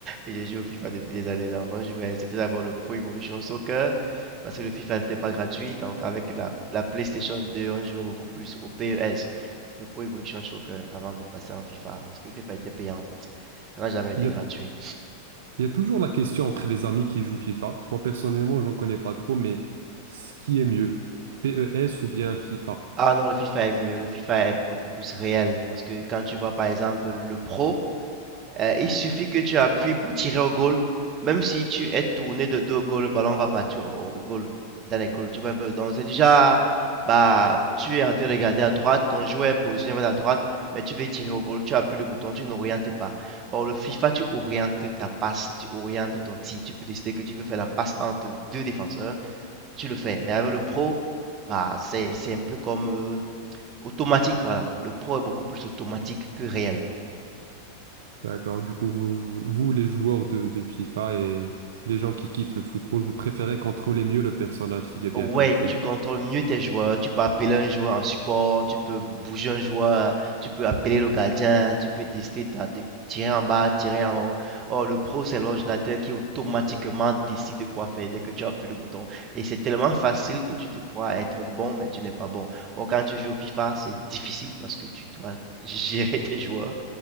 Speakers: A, on the right; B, on the right.
A: et je joue au FIFA depuis des années. Donc, on jouait, c'était d'abord le Pro Evolution Soccer parce que le FIFA n'était pas gratuit. Donc, avec la, la PlayStation 2, on jouait beaucoup plus au PES, le Pro Evolution Soccer, avant de passer en FIFA parce que le FIFA était payant en fait. Ça n'a jamais
B: Il
A: été
B: y
A: gratuit.
B: a Il y a toujours la question entre les amis qui jouent FIFA. Moi, personnellement, j'en connais pas trop, mais ce qui est mieux, PES ou bien FIFA.
A: Ah non, le FIFA est mieux. Le FIFA est beaucoup plus réel parce que quand tu vois par exemple le Pro. Euh, il suffit que tu appuies pour tirer au goal. Même si tu es tourné de dos au goal, le ballon va partir au au goal, dans les goals. Tu vois un peu. Donc, c'est déjà, bah, tu es en train de regarder à droite, ton joueur est positionné vers la droite, mais tu veux tirer au goal, tu appuies le bouton, tu n'orientes pas. Or, le FIFA, tu orientes ta passe, tu orientes ton tir. Tu peux décider que tu veux faire la passe entre deux défenseurs, tu le fais. Mais avec le pro, bah, c'est, c'est un peu comme euh, automatique, voilà. Le pro est beaucoup plus automatique que réel.
B: D'accord. Du coup, vous, vous, vous, les joueurs de, de FIFA et les gens qui kiffent le football, vous préférez contrôler mieux le personnage, si j'ai bien
A: Ouais,
B: compris.
A: tu contrôles mieux tes joueurs, tu peux appeler un joueur en support, tu peux bouger un joueur, tu peux appeler le gardien, tu peux décider d'a- de, tirer en bas, tirer en haut. Or, le pro, c'est l'ordinateur qui automatiquement décide quoi faire dès que tu appuies le bouton. Et c'est tellement facile que tu te crois être bon, mais tu n'es pas bon. Or, quand tu joues au FIFA, c'est difficile parce que tu dois gérer tes joueurs,